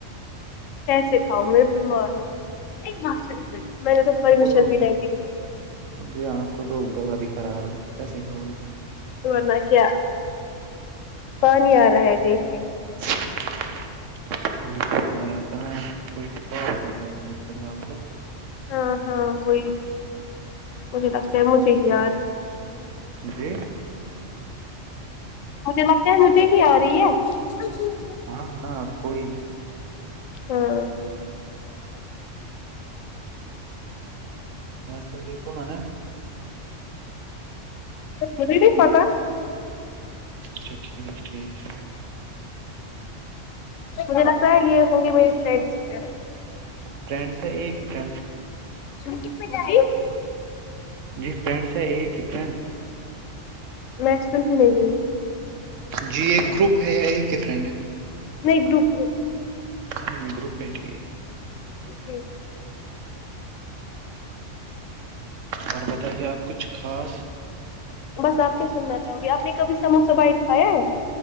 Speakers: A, on the left; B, on the right.
A: کیسے کھاؤں میں بیمار ہوں ایک بات میں نے تو
B: آپ
A: پرمیشن
B: کو تو
A: بھی نہیں دی
B: جی آپ کو تو گلا بھی خراب ہے پیسے کہو گی
A: ورنہ کیا پانی آ رہا ہے دیکھ کے
B: س کوئی بات نہیں اپنا کوئی کال کرنا تھا انسٹاگررام سے
A: ہاں ہاں کوئی مجھے لگتا ہے مجھے ہی آ رہی ہے
B: جی
A: مجھے لگتا ہے مجھے ہی آ رہی ہے
B: ہاں ہاں آپ کوئی
A: ہاں
B: ت کی کو مان نے
A: مجھے نہیی پا تا
B: اچھا ٹھیک ٹھیک
A: مجھے لگتا ہے یہ ہوگے میرے فرینڈس وغیرہ
B: فرینڈس ہے ایک نڈ
A: س ک مئی
B: جی فرینڈس ہے ایک ہی فرینڈ
A: میکسن ہی نہیں رہی
B: جی ایک گروپ ہے یا ایک ہی فرینڈ ہے
A: نہیں گروپ گروپ
B: نہیں گروپ ہے ٹ
A: جی
B: اور بتائیے آپ کچھ خاص
A: بس آپ کیا سننا چاہو گی آپ نے کبھی سموسہ بائٹ کھایا ہے